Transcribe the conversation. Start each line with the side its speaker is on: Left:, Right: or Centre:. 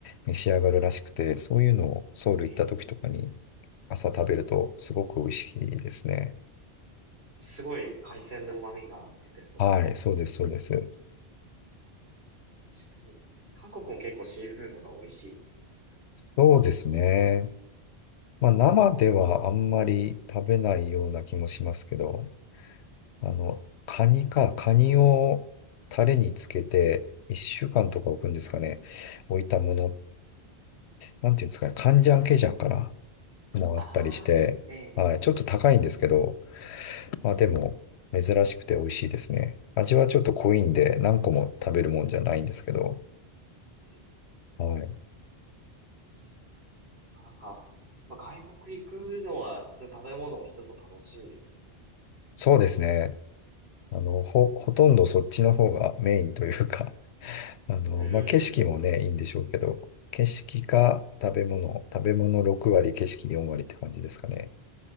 Left: 召し上がるらしくて、そういうのをソウル行った時とかに
Right: ええ
Left: 朝食べるとすごく美味しいですね。
Right: すごい海鮮の旨味が出てそうな。
Left: はい、そうです、そうです。
Right: 確かに。韓国も結構シーフードが美味しいっていうイメージある。
Left: そうですね。まあ生ではあんまり食べないような気もしますけど、あの、カニか、カニをタレにつけて1週間とか置くんですかね。置いたものなんていうんですかね、カンジャンケジャンからもらったりして、
Right: ああ、えええ
Left: はい、ちょっと高いんですけど、まあでも、
Right: えええ
Left: 珍しくて美味しいですね。味はちょっと濃いんで、
Right: うん。
Left: 何個も食べるもんじゃないんですけど、
Right: ええいい
Left: はい。
Right: ですね。なかなか、まあ、外国行くのは、そういう食べ物も一つの楽しみです
Left: そうですね。あの、ほ、ほとんどそっちの方がメインというか、<laughs> あの、
Right: うーん。
Left: まあ景色もね、いいんでしょうけど、景色か食べ物、
Right: うん。
Left: 食べ物6割、景色4割って感じですかね。